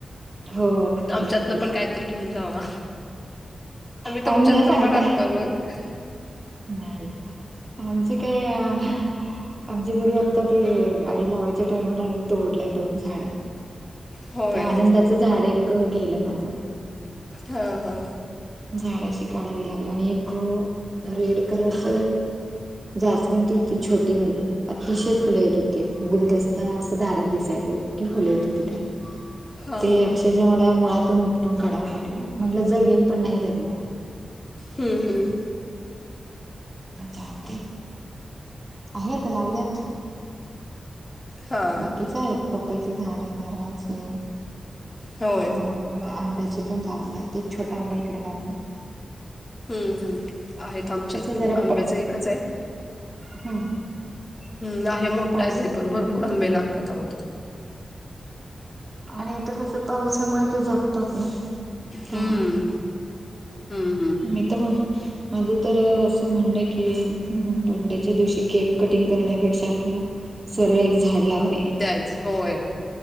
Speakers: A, on the right (about 30°); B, on the left (about 30°).
A: हो हो नक्की
B: आमच्यातन
A: नक्की
B: पण कायतरी घेऊन जावा.
A: आम्ही
B: तुमच्यातन
A: नाही सांगता.
B: पण आणतो मग
A: नाही म्हणजे काय अ आमच्या घरी आता ते गाडी लावायच्या टायमाला आम्ही तोडल्या दोन झाड
B: होय
A: त्या आनंदाचं झाड एक गेलं माझं
B: हा हा.
A: झाडशी काढावी लागली आणि एक रेड कलरच जास्वंदी होती छोटीवाली अतिशय फुले येत होते गुलदस्ता असं दारात दिसायचं फुले हो त ते त्याय
B: हा
A: ते
B: हा
A: अक्षरशः मला मुळातून उपटून काढावं लागलं म्हणलं जगेल पण नाही जगलं
B: हम्म हम्म.
A: जाऊ आहेत का लावल्यात.
B: हा
A: बाकीच आहे पपईच झाड आहे नारळाचे
B: हा होय
A: अ आंब्याचे पण लावलं ते छोट आंबा इकडे लावला.
B: हम्म हम्म आहेत आमच्यात
A: कस जरा
B: पण आंब्याच
A: प
B: एकच आहे.
A: हम्म
B: हम्म आहे मोठा
A: पाऊस
B: आहे ते पण भरपूर आंबे लागतात आहो
A: आणि इथं कस पावसामुळे ते जगतात ना त्यामुळे.
B: हम्म हम्म हम्म.
A: मी त म माझं तर अ असं म्हणणं की बर्डेच्या दिवशी केक कटिंग करण्यापेक्षा आपलं सरळ एक झाड लावणे.
B: <unintelligible> होय.